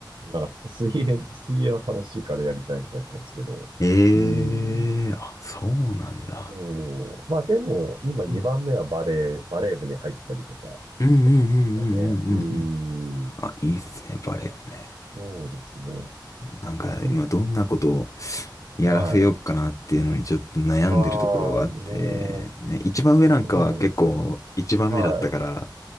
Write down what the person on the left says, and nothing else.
ええー、
あ、そうなんだ。
うん。
うんうんうんうんうんうんうん。
あ、いいっすね、バレエもね。
なんか、
今どんなことを、やらせようかなっていうのにちょっと悩んでるところはあって、
ね、一番上なんかは結構一番目だったから、